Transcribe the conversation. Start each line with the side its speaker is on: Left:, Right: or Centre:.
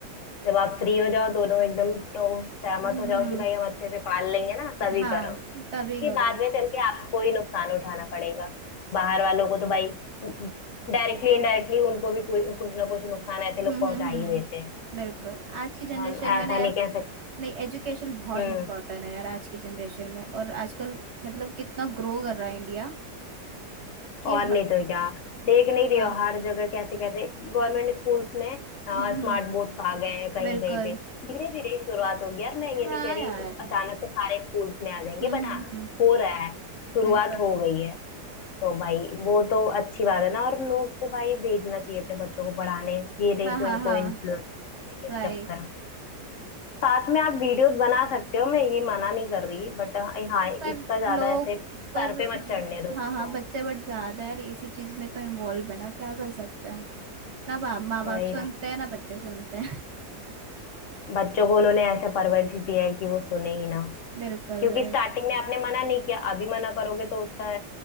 Left: जब आप फ्री हो जाओ दोनों एकदम तो सहमत
Right: हम्म
Left: हो जाओ
Right: हम्म
Left: कि भाई हम अच्छे से पाल लेंगे ना
Right: ये-
Left: तभी
Right: हाँ
Left: करो
Right: तभी
Left: ये
Right: करो
Left: बाद में चल के आपको ही नुकसान उठाना पड़ेगा बाहर वालों को तो भाई डायरेक्टली इनडायरेक्टली उनको भी कोई कुछ ना कुछ नुकसान ऐसे
Right: हम्म
Left: लोग
Right: हम्म
Left: पहुंचा
Right: हम्म
Left: ही देते हैं
Right: बिल्कुल आज की जनरेशन
Left: तो हम ऐसा
Right: में ना यार
Left: नहीं कह सकते
Right: नहीं एजुकेशन बहुत
Left: हम्म
Right: इंपॉर्टेंट है यार आज की जनरेशन में और आजकल मतलब कितना ग्रो कर रहा है इंडिया कि
Left: और
Right: ह-
Left: नहीं तो क्या देख नहीं रही
Right: हाँ
Left: हो हर जगह कैसे कैसे गवर्नमेंट स्कूल्स में स्मार्ट
Right: हम्म हम्म
Left: बोर्ड्स आ गए हैं कहीं
Right: बिल्कुल
Left: कहीं पे धीरे धीरे ही शुरुआत होगी यार मैं ये
Right: हाँ
Left: नहीं कह
Right: यार
Left: रही अचानक से सारे स्कूल्स में आ जाएंगे
Right: हम्म
Left: बट
Right: हम्म
Left: हाँ
Right: हम्म
Left: हो रहा है शुरुआत
Right: बिल्कुल
Left: हो गई है तो भाई वो तो अच्छी बात है ना और लोग को भाई भेजना चाहिए अपने बच्चों को पढ़ाने ये नहीं
Right: हाँ
Left: कि
Right: हाँ
Left: उनको
Right: हाँ
Left: इन्फ्लुएंस बनाने के
Right: राइट
Left: चक्कर में साथ में आप वीडियोस बना सकते हो मैं ये मना नहीं कर रही बट हाँ
Right: पर
Left: इसका ज्यादा
Right: लोग
Left: ऐसे सर
Right: पर
Left: पे मत चढ़ने दो
Right: हाँ
Left: इसको
Right: हाँ बच्चे बट ज्यादा यार इसी चीज में तो इन्वॉल्व है ना क्या कर सकते हैं ना बाप माँ बाप
Left: वही
Right: सुनते
Left: ना
Right: हैं ना बच्चे सुनते हैं
Left: बच्चों को उन्होंने ऐसे परवरिश ही दी है कि वो सुने ही ना
Right: <laughs> बिल्कुल
Left: क्योंकि
Right: राइट
Left: स्टार्टिंग में आपने मना नहीं किया अभी मना करोगे तो उसका